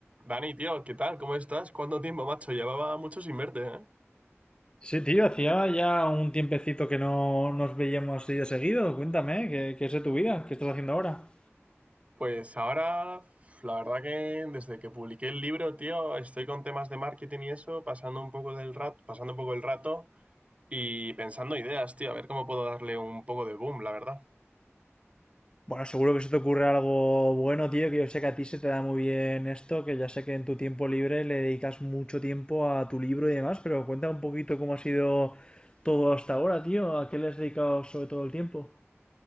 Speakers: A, on the right; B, on the left.
A: Dani, tío, ¿qué tal? ¿Cómo estás? ¿Cuánto tiempo, macho? Llevaba mucho sin verte, ¿eh?
B: Sí, tío, hacía ya un tiempecito que no nos veíamos así de seguido. Cuéntame, ¿qué, qué es de tu vida? ¿Qué estás haciendo ahora?
A: Pues ahora, la verdad que desde que publiqué el libro, tío, estoy con temas de marketing y eso, pasando un poco del rato, pasando un poco el rato y pensando ideas, tío, a ver cómo puedo darle un poco de boom, la verdad.
B: Bueno, seguro que se te ocurre algo bueno, tío, que yo sé que a ti se te da muy bien esto, que ya sé que en tu tiempo libre le dedicas mucho tiempo a tu libro y demás, pero cuenta un poquito cómo ha sido todo hasta ahora, tío, a qué le has dedicado sobre todo el tiempo.